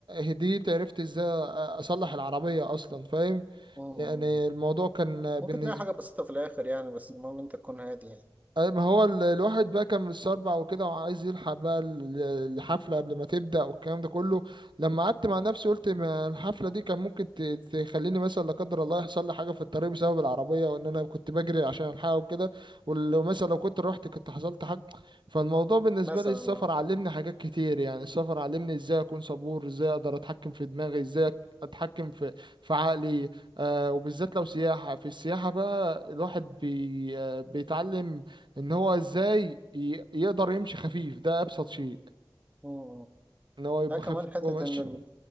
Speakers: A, on the right; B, on the right.
A: هديت عرفت إزاي أ- أصلح العربية أصلا فاهم
B: مم.
A: يعني الموضوع كان بالنسبة
B: ممكن تلاقي حاجه بسيطه في الاخر يعني بس المهم انت تكون هادي يعني
A: أي- ما هو ال- الواحد بقى كان متسربع وكده وعايز يلحق بقى ال- الحفلة قبل ما تبدأ والكلام ده كله لما قعدت مع نفسي قلت ما الحفلة دي كان ممكن ت- تخليني مثلا لا قدر الله يحصل لي حاجة في الطريق بسبب العربية وإن أنا كنت بجري عشان ألحقها وكده ولو مثلا لو كنت رحت كنت حصلت حاجة فالموضوع بالنسبة
B: مثلا
A: لي السفر
B: اه
A: علمني حاجات كتير يعني السفر علمني إزاي أكون صبور إزاي أقدر أتحكم في دماغي إزاي أتحكم في في عقلي آه وبالذات لو سياحة في السياحة بقى الواحد بي آه، بيتعلم ان هو ازاي ي- يقدر يمشي خفيف ده ابسط شيء
B: مم.
A: ان هو يبقى
B: ها كمان
A: خفيف
B: حتة
A: وماشي
B: إن ال...